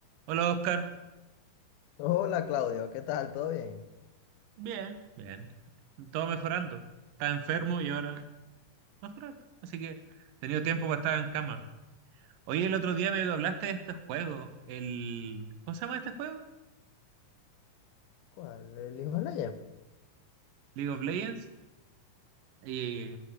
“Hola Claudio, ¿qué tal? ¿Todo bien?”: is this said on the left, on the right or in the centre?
Left